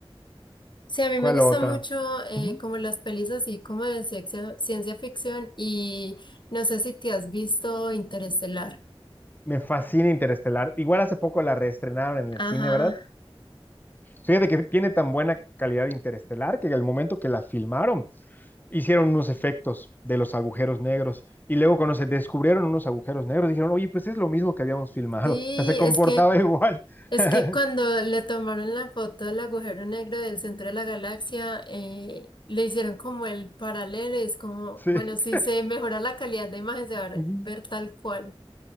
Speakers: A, on the left; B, on the left.
A: Sí, a mí
B: ¿Cuál
A: me gusta
B: otra?
A: mucho eh,
B: Ujú.
A: como las pelis así como de ciencia, ciencia ficción y no sé si te has visto Interestelar.
B: Me fascina Interestelar. Igual hace poco la reestrenaron en el cine,
A: Ajá,
B: ¿verdad? Fíjate que tiene tan buena calidad de Interestelar que al momento que la filmaron, hicieron unos efectos de los agujeros negros y luego cuando se descubrieron unos agujeros negros dijeron, oye, pues es lo mismo que habíamos filmado,
A: sí,
B: o sea, se comportaba
A: es que...
B: igual.
A: Es
B: <laughs>
A: que cuando le tomaron la foto del agujero negro del centro de la galaxia, eh, le hicieron como el paralelo, y es como,
B: Sí,
A: bueno, si se mejora la calidad de imagen, se va a ver
B: Ujú.
A: ver tal cual.